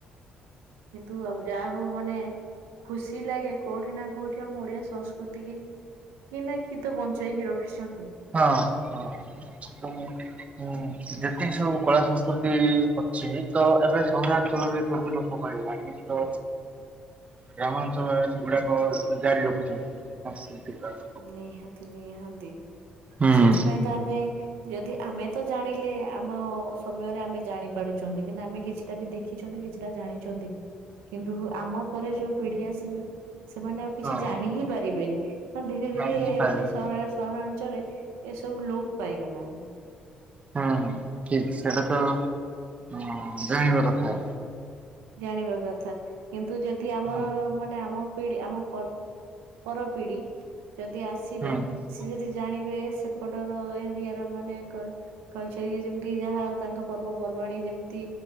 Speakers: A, on the right; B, on the right.
A: କିନ୍ତୁ ଆ ଯାହା ହଉ ମାନେ ଖୁସି ଲାଗେ କୋଉଠି ନା କୋଉଠି ଆମ ଓଡିଆ ସଂସ୍କୃତି କି କି ନା କି ତ ବଞ୍ଚେଇକି ରଖିଛନ୍ତି।
B: ହଁ ହ ହୁଁ। ଯେତିକି ସବୁ କଳା ସଂସ୍କୃତି ଅଛି ତ ଏବେ ସହରାଞ୍ଚଳରେ ସବୁ ଲୋକ ପାଇଁ ତଁ ଗ୍ରାମାଞ୍ଚଳରେ ସେଗୁଡାକ ଜାରି ରଖିଛନ୍ତି। ଗୁଡାକ।
A: ନିହାତି ନିହାତି
B: ହୁଁ।
A: ସେଥିପାଇଁ ତ ଆମେ ଯଦି ଆମେ ତ ଜାଣିଲେ ଆମ ସମୟରେ ଆମେ ଜାଣି ପାରୁଛନ୍ତି କିନା ଆମେ କିଛିଟା ବି ଦେଖିଛନ୍ତି। କିଛିଟା ଜାଣିଛନ୍ତି କିନ୍ତୁ ଆମ ପରେ ଯୋଉ ପିଢି ଆସିବେ। ସେମାନେ ଆଉ କିଛି
B: ହଁ
A: ଜାଣି ହିଁ ପାରିବେନି ଧୀରେ
B: ଜାଣି
A: ଧୀରେ
B: ହିଁ ପାରିବେନି
A: ମାନେ ସହରାଞ୍ଚଳରେ ଏସବୁ ଲୋପ ପାଇଗଲାଣି
B: ହୁଁ ଠିକ ସେଇଟା ତ ଜାଣିବା କଥା
A: ଜାଣିବା କଥା କିନ୍ତୁ ଯଦି ଆମର
B: ହୁଁ
A: ମାନେ ଆମ ପିଢି ଆମ ପର ପିଢି ଯଦି ଆସିବେ
B: ହୁଁ
A: ସେ ଯଦି ଜାଣିବେ ସେପଟର ଏରିଆ ର ମାନେ କଲ୍ଚରଯେମିତି ଯାହା ତାଙ୍କ ପର୍ବପର୍ବାଣ ଯେମିତି